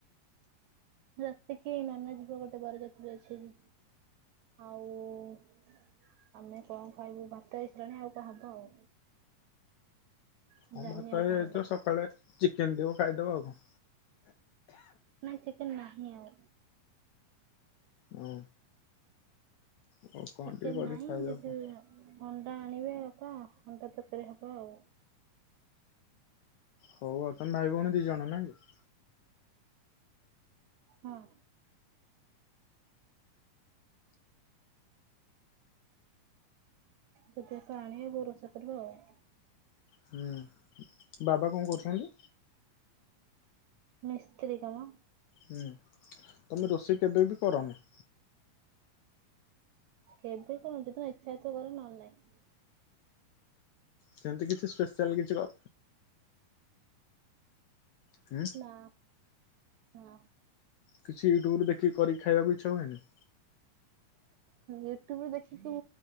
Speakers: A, on the right (about 80°); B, on the left (about 80°).
A: ରାତିକି ନାନା ଯିବ ଗୋଟେ ବରଯାତ୍ରୀ ଅଛି ଆଜି। ଆଉ,, ଆମେ କଣ ଖାଇବୁ, ଭାତ ହେଇସାଇଲାଣି ଆଉ କଣ ହବ ଆଉ। ମୁଁ
B: ହଁ
A: ଜାଣିନି
B: ଭାତ
A: ଆଉ
B: ହେଇଯାଇଥିବ,
A: କଣ ହବ
B: ସକାଳେ ଚିକେନ୍ ଥିବ ଖାଇଦବ ଆଉ କଣ।
A: ନାଇଁ ଚିକେନ୍ ନାହିଁ ଆଉ।
B: ହୁଁ। ଆଉ କଣ
A: ଚିକେନ
B: ଟିକେ କରିକି
A: ନାହିଁ
B: ଖାଇଦେବ
A: ଯଦି
B: କଣ।
A: ଅଣ୍ଡା ଆଣିବେ ବାପା, ଅଣ୍ଡା ତରକାରୀ ହବ ଆଉ।
B: ହଉ ଆଉ। ତମେ ଭାଇ ଭଉଣୀ ଦି ଜଣ ନାଇକି?
A: ହଁ। ସେଥିରେ ତ ଆଣିବେ ବୋଉ ରୋଷେଇ କରିବା ଆଉ।
B: ହୁଁ। ବାବା କଣ କରୁଛନ୍ତି?
A: ମିସ୍ତ୍ରୀ କାମ।
B: ହୁଁ। ତମେ ରୋଷେଇ କେବେ ବି କରନି?
A: କେବେ କଣ? ଯୋଉ ଦିନ ଇଛା ହେଇ ଥିବ କରେ, ନହେଲେ ନାଇଁ।
B: ସେମିତି କିଛି ସ୍ପେଶିଆଲ କିଛି କ ହୁଁ।
A: ନା ନା।
B: କିଛି ୟୁଟ୍ୟୁବରୁ ଦେଖିକି କରିକି ଖାଇବାକୁ ଇଚ୍ଛା ହୁଏନି?
A: ୟୁଟ୍ୟୁବରୁ ଦେଖିକି